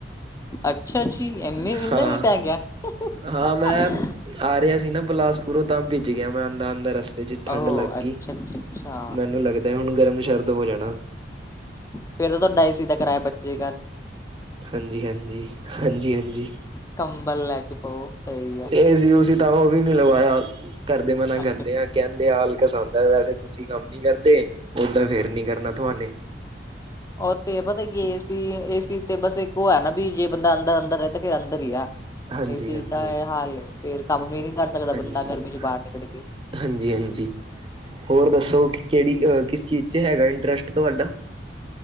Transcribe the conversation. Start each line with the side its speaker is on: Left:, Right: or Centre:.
Left: ਅੱਛਾ ਜੀ ਇਨੇ ਵੀ ਇਨਾ
Right: ਹਾਂ
Left: ਮੀਂਹ ਪੈ ਗਿਆ। <inaudible>
Right: ਹਾਂ ਮੈਂ ਆ ਰਿਹਾ ਸੀ ਨਾ ਬਲਾਸਪੁਰੋਂ ਤਾਂ ਭਿੱਜ ਗਿਆ ਮੈਂ ਆਂਦਾ ਆਂਦਾ ਰਸ ਦੇ 'ਚ ਠੰਡ
Left: ਓਹੋ
Right: ਲੱਗ
Left: ਅੱਛਾ
Right: ਗਈ
Left: ਅੱਛਾ ਅੱਛਾ
Right: ਮੈਨੂੰ ਲੱਗਦਾ ਹੁਣ ਗਰਮ-ਸ਼ਰਦ ਹੋ ਜਾਣਾ।
Left: ਫੇਰ ਉਹ ਦਾ ਡਾਈ ਸੀ ਦਾ ਕਰਾਇਆ ਬੱਚੇ ਕਰ
Right: ਹਾਂਜੀ- ਹਾਂਜੀ -ਹਾਂਜੀ -ਹਾਂਜੀ।
Left: ਕੰਬਲ ਲੈ ਕੇ ਪਾਓ ਸਹੀ ਆ
Right: ਏ ਸੀ ਉ ਸੀ ਤਾਂ ਉਹ ਵੀ ਨਹੀਂ ਲਵਾਇਆ। ਕਰਦੇ ਮਨਾ ਕਰਦੇ
Left: ਅੱਛਾ ਅੱਛਾ
Right: ਆ ਕਹਿੰ ਹਾਲਕਸ ਆਉਂਦ ਹੈ ਵੈਸੇ ਤੁਸੀਂ ਕੰਮ ਨੀ ਕਰਦੇ ਓਦਾਂ ਫੇਰ ਨੀ ਕਰਨਾ ਤੁਹਾਨੇ
Left: ਉਹ ਤੇ ਪਤਾ ਕਿ ਏ ਸੀ- ਏ ਸੀ ਤੇ ਬਸ ਇੱਕ ਉਹ ਹੈ। ਨਾ ਵੀ ਜੇ ਬੰਦਾ ਅੰਦਰ- ਅੰਦਰ ਰਹੇ ਤਾਂ ਫਿਰ ਅੰਦਰ ਹੀ ਐ।
Right: ਹਾਂਜੀ
Left: ਏ ਸੀ
Right: ਹਾਂਜੀ
Left: 'ਚ ਤਾਂ ਇਹ ਹਾਲ ਫੇਰ ਕੰਮ ਵੀ ਨੀ ਕਰ ਸਕਦਾ
Right: ਹਾਂਜੀ
Left: ਬੰਦਾ ਗਰਮੀ
Right: <inaudible>
Left: ਚ
Right: ਹਾਂਜੀ-
Left: ਬਾਹਰ ਨਿਕਲ ਕੇ।
Right: ਹਾਂਜੀ ਹੋਰ ਦੱਸੋ ਕਿ ਕਿਹੜੀ ਕਿਸ ਚੀਜ਼ 'ਚ ਹੈਗਾ ਇੰਟਰਸਟ ਤੁਹਾਡਾ